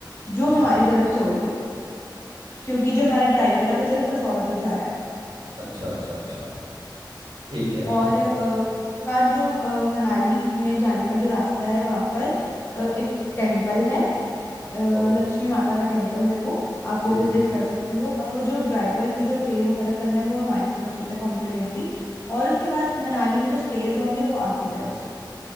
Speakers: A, on the right; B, on the left.
A: अच्छा
B: जो हमारी तरफ से होगी क्योंकि जो हमारा ड्राइवर है वो सिर्फ कसौल तक जा रहा है
A: अच्छा अच्छा अच्छा ठीक है
B: और अ, उसके बाद जो अ, मनाली में जाने का जो रास्ता है वहां पर अ, एक टेम्पल है अ,
A: ओ
B: लक्ष्मी माता का टेम्पल है वो आप
A: ठीक
B: वो विजिट कर सकते हो और वो जो ड्राइवर का जो पे वगैरह करना है वो हमारी तरफ से होता है कॉम्प्लीमेंट्री और उसके बाद मनाली में जो स्टेज होंगे वो आपकी तरफ से